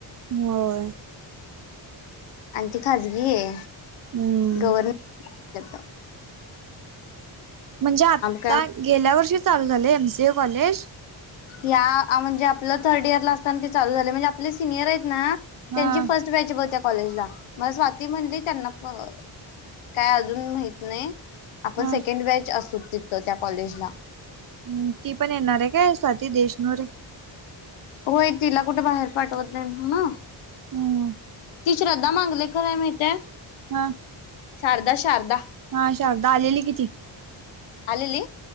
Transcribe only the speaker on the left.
आणि ते खाजगी ये.
गवर्मंट येतावं
काय
या म्हणजे आपलं थर्ड इयर ला असताना. ते चालू झालयं. म्हणजे आपले सिनियर आहेत ना
त्यांची फर्स्ट बाॅच ब त्या कॉलेजला मला स्वाती म्हणली त्यांना प काय अजून माहित नाही आपण
सेकंड बाॅच असू तिथं त्या कॉलेज ला
होय तिला कुठे बाहेर पाठवत नाही म
ती श्रद्धा मांडलेकर आहे माहित आहे
शारदा शारदा-
आलेली